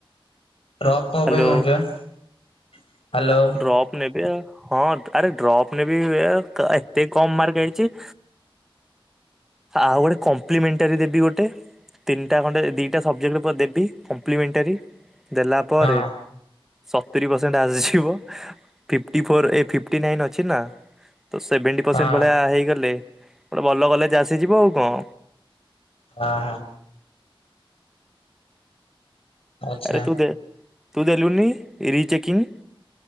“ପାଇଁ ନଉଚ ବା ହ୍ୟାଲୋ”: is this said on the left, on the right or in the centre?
Left